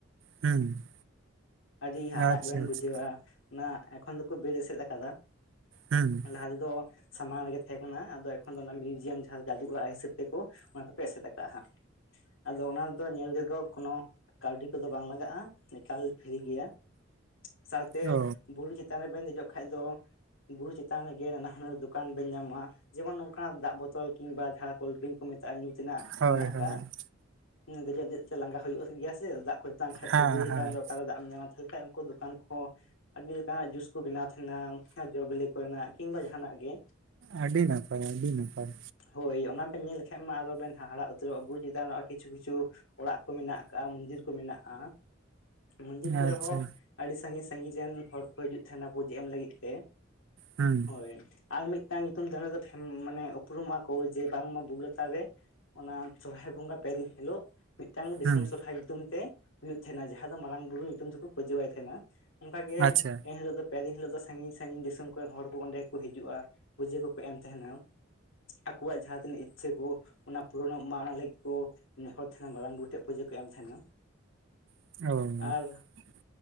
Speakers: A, on the right; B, on the left.
A: ᱦᱩᱸ
B: ᱟᱹᱰᱤ ᱦᱟᱦᱟᱲᱟᱜ
A: ᱟᱪᱪᱷᱟ
B: ᱜᱮᱵᱮᱱ
A: ᱟᱪᱪᱷᱟ
B: ᱵᱩᱡᱷᱟᱹᱣᱟ ᱚᱱᱟ ᱮᱠᱷᱚᱱ ᱫᱚ ᱠᱚ ᱵᱮᱲ ᱮᱥᱮᱫ ᱟᱠᱟᱫᱟ
A: ᱦᱩᱸ
B: ᱞᱟᱦᱟ ᱛᱮᱫᱚ ᱥᱟᱢᱟᱝ ᱨᱮᱜᱮ ᱛᱟᱦᱮᱸ ᱠᱟᱱᱟ ᱟᱫᱚ ᱮᱠᱷᱚᱱ ᱫᱚ ᱚᱱᱟ ᱢᱤᱭᱩᱡᱤᱭᱟᱢ ᱡᱟᱦᱟᱸ ᱡᱟᱫᱩ ᱚᱲᱟᱜ ᱦᱤᱥᱟᱹᱵᱽ ᱛᱮᱠᱚ ᱚᱱᱟ ᱫᱚᱠᱚᱮ ᱮᱥᱮᱫ ᱟᱠᱟᱟᱜᱼᱟ ᱦᱟᱸᱜ ᱟᱫᱚ ᱚᱱᱟᱫᱚ ᱧᱮᱞ ᱨᱮᱫᱚ ᱠᱳᱱᱚ ᱠᱟᱹᱣᱰᱤ ᱠᱚᱫᱚ ᱵᱟᱝ ᱞᱟᱜᱟᱜ ᱼᱟ ᱮᱠᱟᱞ ᱯᱷᱤᱨᱤ ᱜᱮᱭᱟ ᱥᱟᱶᱛᱮ
A: ᱚ
B: ᱵᱩᱨᱩ ᱪᱮᱛᱟᱱ ᱨᱮᱵᱱ ᱫᱮᱡᱚᱜ ᱠᱷᱟᱡ ᱫᱚ ᱵᱩᱨᱩ ᱪᱮᱛᱟᱱ ᱨᱮᱜᱮ ᱱᱟᱱᱟ ᱦᱩᱱᱟᱹᱨ ᱫᱚᱠᱟᱱ ᱵᱮᱱ ᱧᱟᱢᱚᱜᱼᱟ ᱡᱮᱢᱚᱱ ᱱᱚᱝ ᱠᱟᱱᱟᱜ ᱫᱟᱜ ᱵᱳᱛᱚᱞ ᱠᱤᱝ ᱵᱟ ᱡᱟᱦᱟᱸ ᱠᱳᱞᱰᱨᱤᱝ ᱠᱚ ᱢᱮᱛᱟᱜᱼᱟ ᱧᱩ ᱛᱤᱱᱟᱜᱜ
A: ᱦᱳᱭ
B: ᱢᱮᱱᱟᱜ ᱟᱠᱟᱫ
A: ᱦᱳᱭ
B: ᱫᱮᱡᱚᱜ ᱫᱮᱡ ᱛᱮ ᱞᱟᱸᱜᱟ ᱦᱩᱭᱩᱜ ᱜᱮᱭᱟ ᱥᱮ ᱫᱟᱜ ᱠᱷᱚᱡ ᱛᱮᱛᱟᱝ ᱠᱷᱟᱡ
A: ᱦᱮᱸ
B: ᱛᱚ ᱵᱳᱭ ᱦᱟᱛᱟᱢ
A: ᱦᱮᱸ
B: ᱫᱚ ᱚᱠᱟᱨᱮ ᱫᱟᱜ ᱮᱢ ᱧᱟᱢᱟ ᱛᱟᱦᱚᱞᱮ ᱠᱷᱟᱱ ᱩᱱᱠᱩ ᱫᱚᱠᱟᱱ ᱠᱚᱠᱚ ᱟᱹᱰᱤ ᱞᱮᱠᱟᱱᱟᱜ ᱡᱩᱥ ᱠᱚ ᱵᱮᱱᱟᱣ ᱛᱟᱦᱮᱱᱟ ᱡᱚ ᱵᱤᱞᱤ ᱠᱚᱨᱮᱱᱟᱜ ᱠᱤᱢᱵᱟ ᱡᱟᱦᱟᱱᱟᱜ ᱜᱮ
A: ᱟᱹᱰᱤ ᱱᱟᱯᱟᱭ ᱟᱹᱰᱤ ᱱᱟᱯᱟᱭ
B: ᱦᱳᱭ ᱚᱱᱟ ᱵᱮᱱ ᱧᱮᱞ ᱞᱮᱠᱷᱟᱱᱡ ᱢᱟ ᱟᱨ ᱵᱮᱱ ᱦᱟᱦᱟᱲᱟ ᱩᱛᱟᱹᱨᱚᱜᱼᱟ ᱵᱩᱨᱩ ᱪᱮᱛᱟᱱ ᱨᱮ ᱠᱤᱪᱷᱩ ᱠᱤᱷᱩ ᱚᱲᱟᱜ ᱠᱚ ᱢᱮᱱᱟᱜ ᱟᱠᱟᱫᱼᱟ ᱢᱚᱱᱫᱤᱨ ᱠᱚ ᱢᱮᱱᱟᱜᱼᱟ ᱢᱚᱱᱫᱤᱨ ᱠᱚᱨᱮ
A: ᱟᱪᱪᱷᱟ
B: ᱦᱚᱸ ᱟᱹᱰᱤ ᱥᱟᱺᱜᱤᱧ ᱥᱟᱺᱜᱤᱧ ᱨᱮᱱ ᱦᱚᱲ ᱠᱚ ᱦᱤᱡᱩᱜ ᱛᱟᱦᱮᱱᱟ ᱯᱩᱡ ᱮᱢ ᱞᱟᱹᱜᱤᱫ ᱛᱮ
A: ᱦᱩᱸ
B: ᱦᱳᱭ ᱟᱨ ᱢᱤᱫᱴᱟᱝ ᱧᱩᱛᱩᱢ ᱫᱟᱱᱮ ᱫᱚ ᱢᱟᱱᱮ ᱩᱯᱨᱩᱢᱚᱜ ᱟᱠᱚ ᱡᱮ ᱵᱟᱝᱢᱟ ᱵᱩᱨᱩ ᱞᱟᱛᱟᱨ ᱨᱮ ᱚᱱᱟ ᱥᱚᱨᱦᱟᱭ ᱵᱚᱸᱜᱟ ᱯᱮᱮᱫᱤᱱ ᱦᱤᱞᱳᱜ ᱢᱤᱫᱴᱟᱝ ᱫᱤᱥᱚᱢ
A: ᱦᱩᱸ
B: ᱥᱚᱨᱦᱟᱭ ᱧᱩᱛᱩᱢ ᱛᱮ ᱦᱩᱭᱩᱜ ᱛᱟᱦᱮᱱᱟ ᱡᱟᱦᱟ ᱫᱚ ᱢᱟᱨᱟᱝ ᱵᱩᱨᱩ ᱧᱩᱛᱩᱢ ᱛᱮᱠᱚ ᱯᱩᱹᱡᱟᱹᱣᱟᱭ ᱛᱟᱦᱮᱱᱟ ᱚᱱᱠᱟᱟᱜ ᱜᱮ
A: ᱟᱪᱪᱷᱟ
B: ᱮᱱᱦᱤᱞᱳᱜ ᱫᱚ ᱯᱮ ᱫᱤᱱ ᱦᱤᱞᱳ ᱫᱚ ᱥᱟᱺᱜᱤᱧ ᱥᱟᱺᱜᱤᱧ ᱫᱤᱥᱚᱢ ᱠᱚᱨᱮᱱ ᱦᱚᱲ ᱠᱚ ᱚᱸᱰᱮ ᱜᱮᱠᱚ ᱦᱤᱡᱩᱜᱼᱟ ᱯᱩᱡᱟᱹ ᱠᱚᱠᱚ ᱮᱢ ᱛᱟᱦᱮᱱᱟ ᱟᱠᱚᱣᱟᱜ ᱡᱟᱦᱟ ᱛᱤᱱᱟᱹᱜ ᱤᱪᱪᱷᱟᱹ ᱠᱚ ᱚᱱᱟ ᱯᱩᱨᱚᱱᱚᱜ ᱢᱟ ᱚᱱᱟ ᱞᱟᱹᱜᱤᱫ ᱠᱚ ᱱᱮᱦᱚᱨ ᱢᱟᱨᱟᱝ ᱵᱩᱨᱩ ᱴᱷᱮᱡ ᱯᱩᱡᱟᱹ ᱠᱚ ᱮᱢ ᱛᱟᱦᱮᱱᱟ
A: ᱚᱻ
B: ᱟᱨ